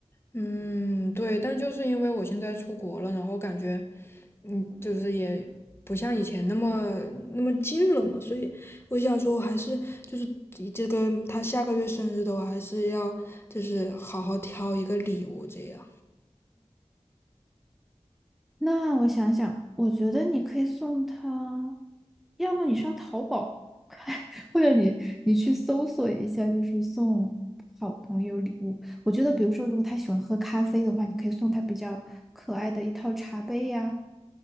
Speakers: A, on the left; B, in the centre.
A: 嗯，对，但就是因为我现在出国了，然后感觉嗯，就是也不像以前那么那么近了嘛，所以我想说，我还是就是以这个他下个月生日的话，还是要就是好好挑一个礼物，这样
B: 那我想想，我觉得你可以送他，要不你上淘宝看，<laughs> 或者你你去搜索一下，就是送好朋友礼物。我觉得，比如说，如果他喜欢喝咖啡的话，你可以送他比较可爱的一套茶杯呀、